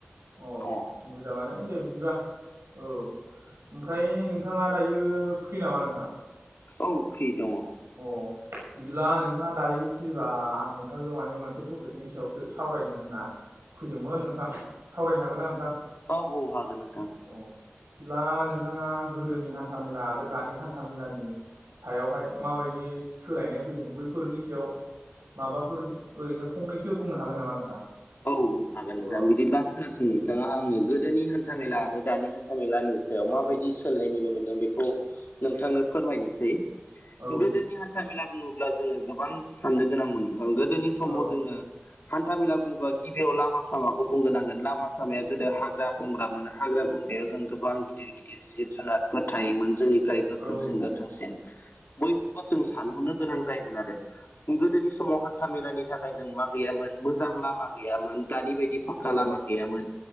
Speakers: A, on the right; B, on the left.
A: अ
B: दङ।
A: मोजाङानो दे बिदिबा औ। ओमफ्राय नोंथाङा दायो फ्रि नामा नोंथां?
B: औ फ्रि दङ।
A: अ। बिदिब्ला नोंथाङा दायो फ्रिबा आं नोंथांजों माने मोनसे टपिकनि सायावसो सावरायनो होनना फैदोंमोन नोंथां सावरायनो हागोन आं नोंथां?
B: औ औ हागोन नोंथां।
A: अ बिदिब्ला नोंथाङा गोदोनि हान्था मेला आरो दानि हान्था मेलानि सायावहाय माबायदि सोलायनाय फैदों बैफोरनि सायाव माबाफोर ओरैनो फंनैसो बुंना हागोन नामा नोंथां?
B: औ औ हागोन
A: औ
B: नोंथां बिदिबा खोनासं नोंथाङा आङो गोदोनि हान्था मेला आरो दानि हान्था मेलानि
A: औ
B: माबायदि सोलायनाय नुनो मोनदों बेखौ नोंथांनो फोरमायनोसै।
A: औ
B: गोदोनि था मेला बुङोब्ला जोङो गोबां साननो गोनां मोन <unintelligible> गोदोनि समाव
A: औ
B: जोङो हान्था मेला बु गिबियाव लामा सामाखौ बुंग्रोनांगोन लामा सामाया गोदो हाग्रा बंग्रा मोनो हाग्रा बंग्रायाव जों गोबां गिदिर गिदिर जिब जुनारफोर थायोमोन जोंनिफ्राय गोख्रोंसिन
A: औ औ नंगौ
B: गोख्रोंसिन
A: नंगौ
B: बैफोरखौ जों सानहरनो गोनां जायोमोन आरो। गोदोनि समाव हान्था मेलानि थाखाय जों मा गैयामोन मोजां लामा गैयामोन दानि बायदि फाक्का
A: औ
B: लामा गैयामोन